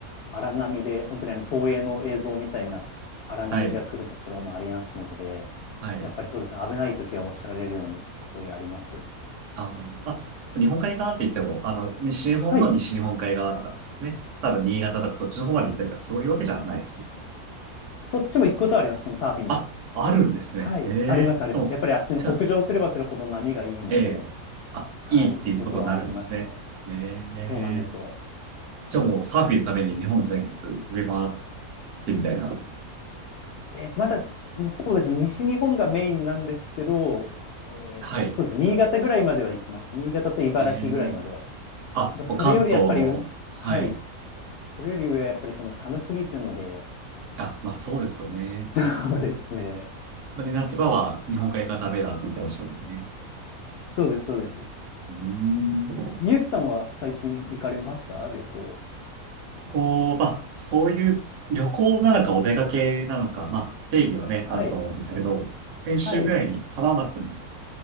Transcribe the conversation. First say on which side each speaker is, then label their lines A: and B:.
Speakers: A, on the left; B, on the right.
A: 荒波で、本当にあの東映の映像みたいな荒波が来るところもありますので、
B: はい。はい。
A: やっぱりそうですね。危ない時はおっしゃられるように、すごいあります。
B: あー、まあ、日本海側って言っても、あの、西日本の西日本海側だからですよね。
A: はい。
B: 多分新潟とかそっちの方まで行ったりとか、そういうわけじゃないです。
A: そっちも行くことはあります、そのサーフィンで。
B: あ、あるんですね。
A: はい。
B: ええでも、
A: あります、あります。やっぱりあっちの北上すればするほど波がいいので、
B: じゃあ、ええあ、
A: はい。
B: いいっていうことになるんですね。
A: 行くことはありますね。
B: ええ
A: そうなんですよ。
B: じゃあもうサーフィンのために日本全国飛び回ってみたいな。
A: えーと、まだ、うんそうですね、西日本がメインなんですけど、えーそうですね、
B: はい。
A: 新潟ぐらいまでは行きました。新潟と茨城ぐらいまでは。
B: ええあ、
A: ただ、それよりやっぱりう、
B: もう関東の、はい。
A: はい、それより上はやっぱりその寒すぎるので、
B: あ、まあそうですよね。
A: <laughs> そうですね、
B: まあね夏場は日本海側ダメだって言ってましたもんね。
A: そうです、そうです。
B: うーん
A: ゆうきさんは最近行かれました旅行。
B: こう、まあ、そういう旅行なのかお出かけなのか、まあ、定義はね、
A: はい、
B: あると思うんですけど、先週ぐらいに浜松に
A: はい。